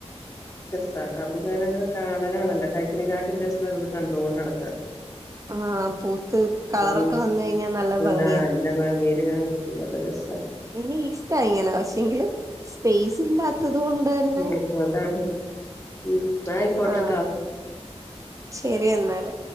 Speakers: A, on the left (about 25°); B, on the right (about 30°).
A: <unintelligible> നമുക്ക് അങ്ങനെങ്ങനെ കാണാനാണല്ല കൈക്കണിങ്ങാട്ടി രസം ഞാനത് കണ്ടോണ്ട് കെടക്കാണ്
B: ആ പൂത്ത് കളറൊക്കെ
A: ഉം
B: വന്ന് കഴിഞ്ഞാ നല്ല ഭംഗിയാ
A: നല്ല ഭംഗിയില് ഇങ്ങനെ നിക്കുമ്പോ നല്ല രസാ
B: ഇ ഇഷ്ട ഇങ്ങനെ പക്ഷെങ്കില് സ്പേസ് ഇല്ലാത്തത് കൊണ്ട് ന്നെ
A: ഉം അതാണ് ഉം ന്നാ ആയിക്കോട്ടെട്ടോ
B: ആ ശരി എന്നാല്.